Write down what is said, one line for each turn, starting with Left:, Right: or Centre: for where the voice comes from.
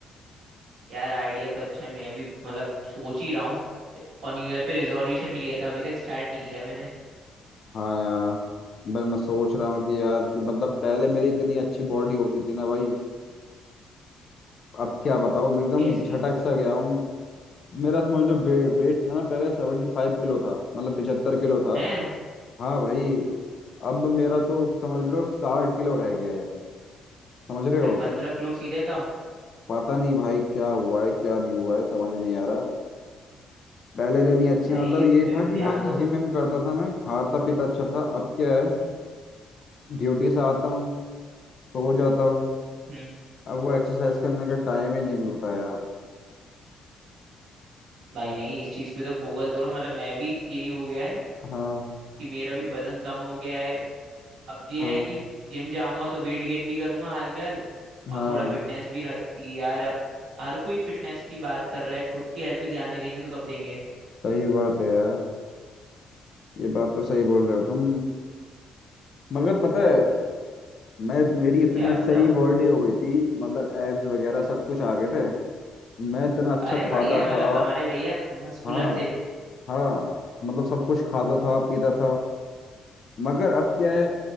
Right: यार आइडिया तो अच्छा है मैं भी मतलब सोच ही रहा हूँ और न्यू ईयर पे रिजोल्यूशन भी लिया था अभी तक स्टार्ट नहीं किया है मैंने
Left: हाँ यार बस मैं सोच रहा हूँ कि यार कि मतलब पहले मेरी इतनी अच्छी बॉडी होती थी ना भाई अब क्या बताऊँ एकदम
Right: कैसी
Left: झटक सा गया हूँ मेरा समझ लो वे, वेट था ना पहले सेवेंटी फाइव किलो था मतलब पिछहत्तर किलो था
Right: हैं
Left: हाँ भाई अब मेरा तो समझ लो साठ किलो रह गया है समझ रहे हो
Right: भाई पंद्रह किलो सीधे कम
Left: पता नहीं भाई क्या हुआ है क्या नहीं हुआ है समझ नहीं आ रहा पहले तो नहीं अच्छी
Right: भाई
Left: मतलब
Right: इस
Left: ये
Right: पे
Left: था
Right: तो
Left: कि
Right: ध्यान
Left: हाँ कि
Right: दो
Left: जिम विम करता था मैं खाता पीता अच्छा था अब क्या है ड्यूटी से आता हूँ सो जाता हूँ
Right: हम्म
Left: अब वो एक्सरसाइज करने का टाइम ही नहीं मिलता यार
Right: भाई नहीं इस चीज पे तो फोकस करो मतलब मैं भी यही हो गया है
Left: हाँ
Right: कि मेरा भी वजन कम हो गया है अब ये
Left: हाँ
Right: है कि जिम जाऊंगा तो वेट गेन भी करूंगा हाल के हाल
Left: हाँ
Right: और थोड़ा फिटनेस भी रहेगी यार अब हर कोई फिटनेस की बात कर रहा है खुद की हेल्थ पे ध्यान नहीं देंगे तो कब देंगे
Left: सही बात है यार ये बात तो सही बोल रहे हो तुम मगर पता है मैं मेरी इतनी
Right: क्या
Left: सही
Right: बताओ
Left: बॉडी हो गई थी मतलब एब्स वगैरह सब कुछ आ गए थे मैं इतना अच्छा
Right: अरे बढ़िया
Left: खाता
Right: मतलब
Left: था
Right: हमारे भैया मस्कुलर
Left: हाँ
Right: थे
Left: हाँ मतलब सब कुछ खाता था पीता था मगर अब क्या है